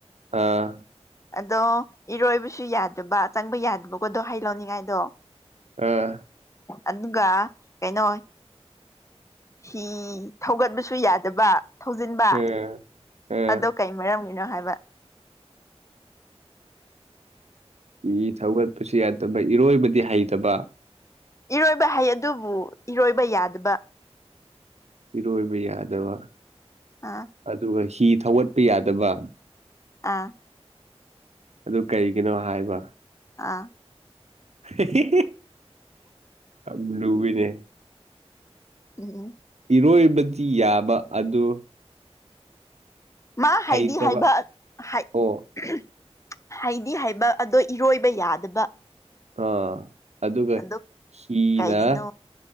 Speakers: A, on the right; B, on the left.
A: ꯑꯥ
B: ꯑꯗꯣ ꯏꯔꯣꯏꯕꯁꯨ ꯌꯥꯗꯕ ꯆꯪꯕ ꯌꯥꯗꯕꯀꯣꯗꯣ ꯍꯩ ꯂꯧꯅꯤꯡꯉꯥꯏꯗꯣ
A: ꯑꯥ
B: ꯑꯗꯨꯒ ꯀꯩꯅꯣ ꯍꯤ ꯊꯧꯒꯠꯕꯁꯨ ꯌꯥꯗꯕ ꯊꯧꯖꯤꯟꯕ
A: ꯑꯥ ꯑꯥ
B: ꯑꯗꯣ ꯀꯩ ꯃꯔꯝꯒꯤꯅꯣ ꯍꯥꯏꯕ
A: ꯎ ꯏ ꯊꯧꯒꯠꯄꯁꯨ ꯌꯥꯗꯕ ꯏꯔꯣꯏꯕꯗꯤ ꯍꯩꯇꯕ
B: ꯏꯔꯣꯏꯕ ꯍꯥꯏꯩ ꯑꯗꯨꯕꯨ ꯏꯔꯣꯏꯕ ꯌꯥꯗꯕ
A: ꯏꯔꯣꯏꯕ ꯌꯥꯗꯕ
B: ꯑꯥ
A: ꯑꯗꯨꯒ ꯍꯤ ꯊꯧꯒꯠꯄ ꯌꯥꯗꯕ
B: ꯑꯥ
A: ꯑꯗꯨ ꯀꯔꯤꯒꯤꯅꯣ ꯍꯥꯏꯕ
B: ꯑꯥ
A: ꯍꯤ ꯍꯤ ꯌꯥꯝ ꯂꯨꯋꯤꯅꯦ
B: ꯎꯝ ꯎꯝ
A: ꯏꯔꯣꯏꯕꯗꯤ ꯌꯥꯕ ꯑꯗꯣ
B: ꯃꯥ ꯍꯥꯏꯗꯤ
A: ꯍꯩꯇꯕ
B: ꯍꯥꯏꯕ ꯍꯥꯏꯠ
A: ꯑꯣ
B: ꯍꯩꯗꯤ ꯍꯩꯕ ꯑꯗꯣ ꯏꯔꯣꯏꯕ ꯌꯥꯗꯕ
A: ꯑꯥ ꯑꯗꯨꯒ
B: ꯑꯗꯣ
A: ꯁꯤꯅ
B: ꯀꯩꯒꯤꯅꯣ